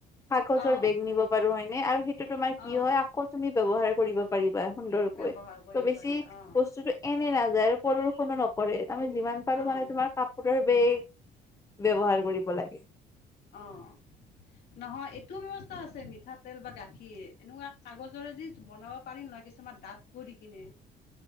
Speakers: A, on the left (about 20°); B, on the left (about 70°).
A: কাগজৰ
B: অঁ
A: বেগ নিব পাৰো হয় নে আৰু সেইটো তোমাৰ কি
B: অঁ
A: হয় আকৌ তুমি ব্যৱহাৰ কৰিব পাৰিবা সুন্দৰকৈ
B: ব্যৱহাৰ কৰিব
A: ত বেছি
B: পাৰি অঁ
A: বস্তুতে এনেই নাযায় আৰু প্ৰদূষণো নকৰে আমি যিমান পাৰো
B: অঁ
A: মানে তোমাৰ কাপোৰৰ বেগ ব্যৱহাৰ কৰিব লাগে
B: অঁ নহয়, এইটোও ব্যৱস্থা আছে। মিঠাতেল বা গাখীৰ এনেকুৱা কাগজেৰে যদি বনাব পাৰিম নাই, কিছুমান ডাঠ কৰি কিনে।